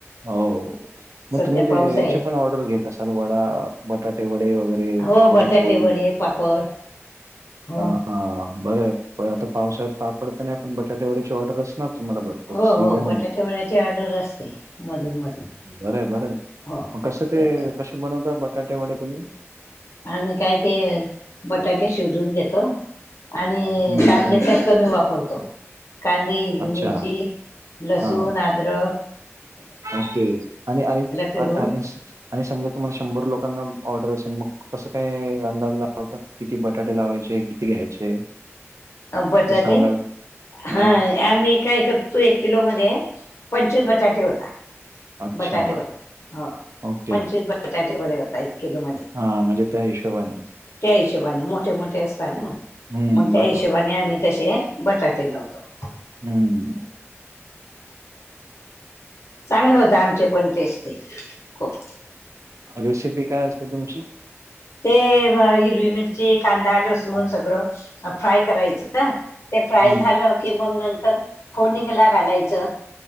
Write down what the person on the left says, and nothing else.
सध्या
पाऊस
आहे.
हो
बटाटे वडे पापड हो
हो
हो बटाटे
वड्याची ऑर्डर असते मधून मधून
हो
त्याच
आम्ही काय ते बटाटे शिजून घेतो. आणि
कांदे
त्यात कमी वापरतो. कांदे, हिरवी
मिरची, लसूण,
अदरक
फिरून
बटाटे
हा.
आम्ही काय करतो एक किलो मध्ये पंचवीस बटाटे होता.
बटाटे वडे हो
पंचवीस बटाटे वडे होता एक किलो मध्ये
त्या हिशोबाने मोठे मोठे असत ना
मग त्या
हिशोबाने आमही तसे बटाटे लावतो.
चांगले होत आमचे पण तेच ते खूप
ते हिरवी मिरची कांदा लसून सगळं फ्राय करायचं. ते फ्राय
झालं की मग नंतर फोनिकला घालायचं.